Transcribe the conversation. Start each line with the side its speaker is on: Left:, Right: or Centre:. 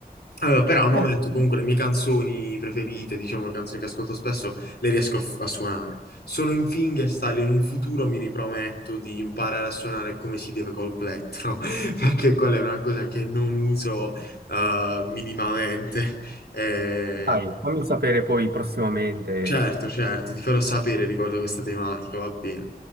Left: Allora, però al momento
Right: eh, mm,
Left: comunque le mie canzoni preferite, diciamo le canzoni che ascolto spesso, le riesco a, f- a suonare. Sono in fingerstyle, in un futuro mi riprometto di imparare a suonare come si deve col plettro, <laughs> perché quella è una cosa che non uso eh, minimamente. Eh,
Right: dai, fammi sapere poi prossimamente.
Left: certo, certo, ti farò sapere riguardo questa tematica, va bene.